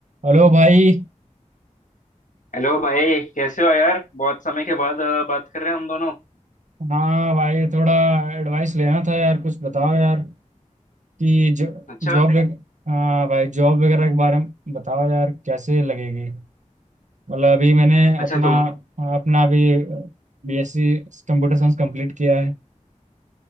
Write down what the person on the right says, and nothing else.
Hello भाई
हाँ भाई थोड़ा एडवाइस लेना था यार कुछ बताओ यार कि जो
जॉब वग- हाँ भाई जॉब वगैरह के बारे में बताओ यार कैसे लगेगी मतलब अभी मैंने
अपना
अपना भी बीएससी कंप्यूटर साइंस कंप्लीट किया है